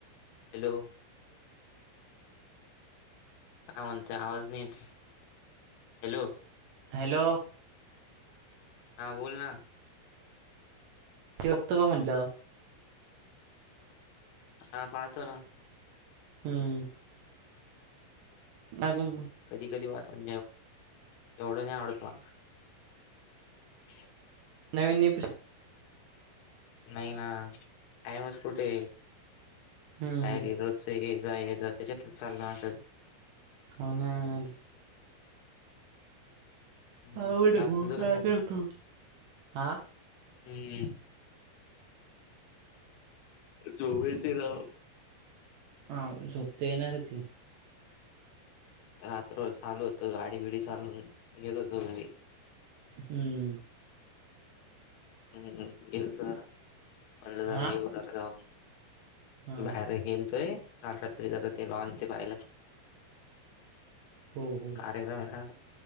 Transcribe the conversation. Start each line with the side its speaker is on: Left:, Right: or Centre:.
Left: हॅलो! काय म्हणताय? आवाज नाही येत, हॅलो!
Right: हॅलो!
Left: हा बोल ना.
Right: ठेवतो का म्हणलं?
Left: हा पाहतो ना.
Right: हम्म <unintelligible>
Left: कधी कधी पाहतो, एवढं नाही आवडत मला. <inaudible>
Right: नवीन एपिस्
Left: नाही ना, टायमच कुठे?
Right: हम्म
Left: काय वेगळं च ये जा ये जा, त्याच्यात चालल असच
Right: हो ना यार.
Left: हम्म,
Right: आवड
Left: बाकी
Right: भो
Left: तुझं काय चाललंय?
Right: करतो हा
Left: हम्म, झोप येती राव.
Right: हा झोप तर येणारच आहे.
Left: रात्रभर चालू होत गाडी बिडी चालून, येत होतो घरी.
Right: हम्म
Left: हम्म गेलतो जरा, म्हणलं जरा
Right: हा
Left: येऊ जरा जाऊन.
Right: हा
Left: बाहेर गेलतोय काल रात्री जरा ते लॉन ते बायला
Right: हो हो
Left: कार्यक्रम आहे ना,